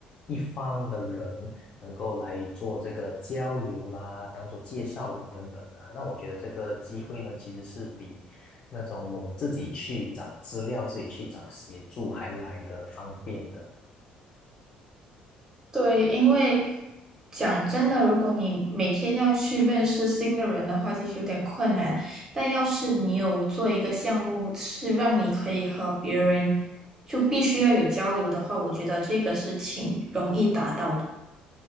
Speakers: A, on the left (about 30°); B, on the right (about 20°).
A: 一方的人，能够来做这个交流啦，当做介绍人等等啊。那我觉得这个机会呢，其实是比那种我们自己去找资料、自己去找协助还来的方便的。
B: 对，因为讲真的，如果你每天要去认识新的人的话，其实有点困难。但要是你有做一个项目，是让你可以和别人就必须要有交流的话，我觉得这个是挺容易达到的。